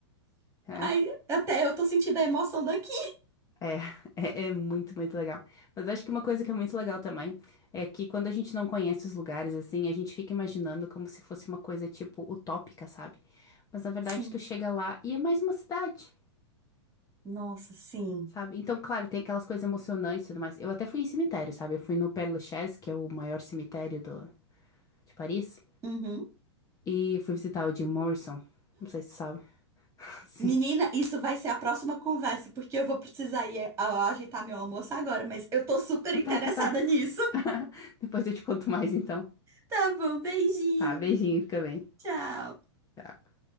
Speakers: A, on the left; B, on the right.
A: É,
B: ai, até eu tô sentindo a emoção daqui.
A: é, <laughs> é, é muito, muito legal. Mas eu acho que uma coisa que é muito legal também é que quando a gente não conhece os lugares, assim, a gente fica imaginando como se fosse uma coisa, tipo, utópica, sabe? Mas na verdade,
B: Sim,
A: tu chega lá e é mais uma cidade.
B: nossa, sim.
A: Sabe? Então, claro, tem aquelas coisas emocionantes e tudo mais. Eu até fui em cemitério, sabe? Eu fui no Père Lachaise, que é o maior cemitério do, de Paris,
B: Uhum.
A: e fui visitar o Jim Morrison. Não sei se tu sabe. <laughs> Sim.
B: Menina, isso vai ser a próxima conversa, porque eu vou precisar ir a- ajeitar meu almoço agora, mas eu tô super
A: Ah,
B: interessada
A: tá, tá, tá.
B: nisso.
A: <laughs> Depois eu te conto mais, então.
B: Tá bom, beijinho.
A: Tá, beijinho, fica bem.
B: Tchau.
A: Tchau.